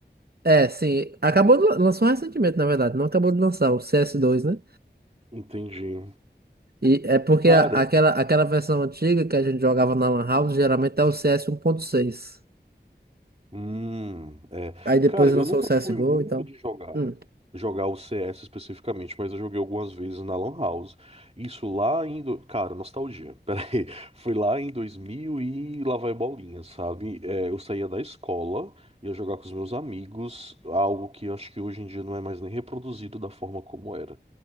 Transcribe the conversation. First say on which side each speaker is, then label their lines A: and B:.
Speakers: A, on the right (about 60°); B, on the right (about 35°).
A: É, sim. Acabou de, lan- lançou recentemente, na verdade. Não acabou de lançar, o CS2, né?
B: Entendi.
A: E é porque
B: cara.
A: a- aquela, aquela versão antiga que a gente jogava na Lan House geralmente é o CS 1.6.
B: Hum, é.
A: Aí depois
B: Cara,
A: lançou
B: eu nunca
A: o CSGO
B: fui muito
A: e tal.
B: de jogar,
A: Hum,
B: jogar o CS especificamente, mas eu joguei algumas vezes na Lan House. Isso lá em, do- cara, nostalgia. <laughs> Pera aí, foi lá em 2000 e lá vai bolinha, sabe? É, eu saía da escola, ia jogar com os meus amigos, algo que eu acho que hoje em dia não é mais nem reproduzido da forma como era.